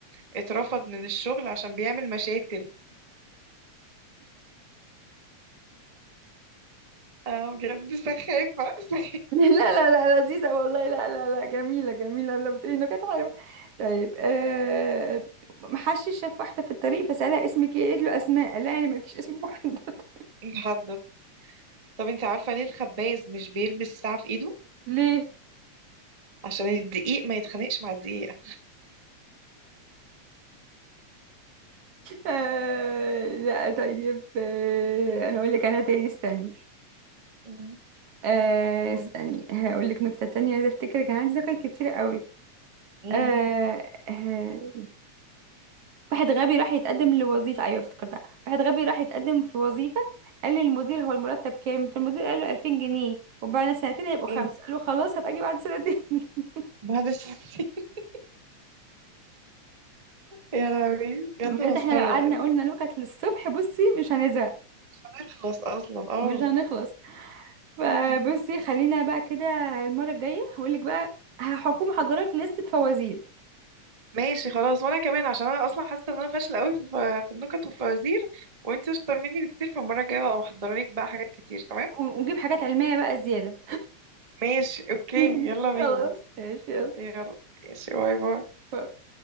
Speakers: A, on the right; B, on the right.
A: اترفض من الشغل عشان بيعمل مشاتل اه بجد سخافة <laughs> سخافة
B: لا لا لا لذيذه والله لا لا لا جميله جميله لما بتقولي انه كانت حلوه طيب آه محشش شاف واحده في الطريق فسالها اسمك ايه قالت له اسماء قال لها يعني مالكيش اسم واحد <laughs>
A: لحد طب انت عارفة ليه الخباز مش بيلبس ساعة في ايده
B: ليه
A: عشان الدقيق ما يتخانقش مع الدقيقة
B: آه لا طيب آه انا اقول لك انا تاني استني
A: مم.
B: آه
A: قولي.
B: استني هقول لك نكتة تانية عايزة افتكر كان عندي ذكر كتير قوي
A: مم.
B: آه آه واحد غبي راح يتقدم لوظيفة ايوه افتكرتها واحد غبي راح يتقدم في وظيفة قال للمدير هو المرتب كام فالمدير قال له 2000 جنيه وبعد سنتين هيبقوا خمسة
A: مم.
B: قال له خلاص هبقى اجي بعد سنتين <laughs>
A: بعد الفنتين <laughs> يا لهوي بجد
B: بجد
A: مسخرة
B: احنا لو قعدنا
A: انت
B: قلنا نكت للصبح بصي مش هنزهق
A: مش هنخلص اصلا اه
B: مش هنخلص فبصي
A: مم.
B: خلينا بقى كده المرة الجاية هقول لك بقى هحكم حضرتك لستة فوازير
A: ماشي خلاص وانا كمان عشان انا اصلا حاسة ان انا فاشلة قوي في في النكت والفوازير وانت اشطر مني بكتير فالمرة الجاية بقى محضرة لك بقى حاجات كتير تمام
B: ونجيب حاجات علمية بقى زيادة
A: ماشي اوكي
B: <laughs>
A: يلا
B: خلاص
A: بينا
B: ماشي يلا
A: يلا ماشي باي باي
B: باي.